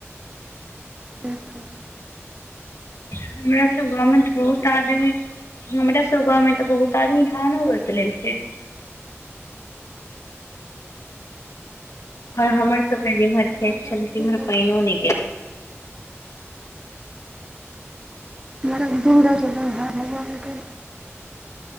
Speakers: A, on the right; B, on the left.
A: की कही
B: हमरा सभ गाँवमे
A: रहल
B: तऽ बहुत आदमी हमरा सब गाँवमे तऽ बहुत आदमी धानो रोप लेलकै आ हमर
A: अछि
B: सब के जेमहर खेत
A: मतलब
B: छले तिइम्हर पाइनो नहि गेले
A: बड़ दूरा जगह हर भगवानके